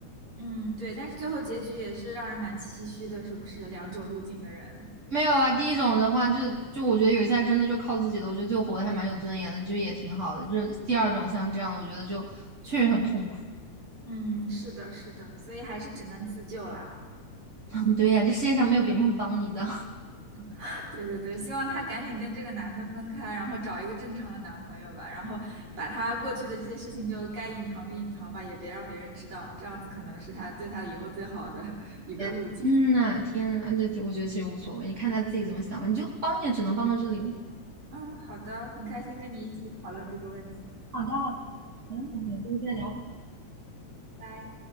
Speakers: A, on the right; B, on the right.
A: 嗯，对，但是最后结局也是让人蛮唏嘘的，是不是？两种路径的人。
B: 没有啊，第一种的话就就我觉得有一些真的就靠自己的，我觉得就活得还蛮有尊严的，就也挺好的。就是第二种像这样的，我觉得就确实很痛苦。
A: 嗯，是的，是的，所以还是只能自救啦。
B: <laughs> 对呀，这世界上没有别人会帮你的。
A: <laughs> 对对对，希望她赶紧跟这个男的分开，然后找一个正常的男朋友吧，然后把她过去的这些事情就该隐藏就隐藏吧，也别让别人知道，这样子可能是她对她以后最好的 <laughs> 一个路径。
B: 天天呐，天呐，这这我觉得其实无所谓，你看他自己怎么想吧，你就帮也只能帮到这里了。
A: 嗯，好的，很开心跟你一起讨论这个问题，
B: 好的，没问题，们是天再聊
A: 拜拜。